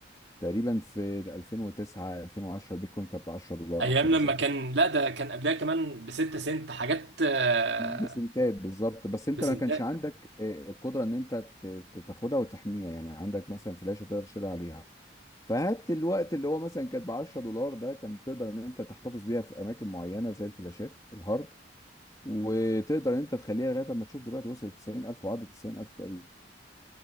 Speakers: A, on the left; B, on the right.
A: تقريبا في 2009 2010 البيتكوين كانت ب 10 دولار
B: ايام
A: او حاجه
B: لما
A: زي كده
B: كان لا ده كان قبلها كمان بستة سنت حاجات آه،
A: بسنتات بالظبط بس انت
B: بسنتات
A: ما كانش عندك آه، القدره ان انت ت- ت- تاخدها وتحميها يعني عندك مثلا فلاشه تقدر تشيلها عليها فهات الوقت اللي هو مثلا كانت ب 10 دولار ده كان تقدر ان انت تحتفظ بيها في اماكن معينه زي الفلاشات الهارد وتقدر ان انت تخليها لغايه اما تشوف دلوقتي وصلت 90000 وعدت 90000 تقريبا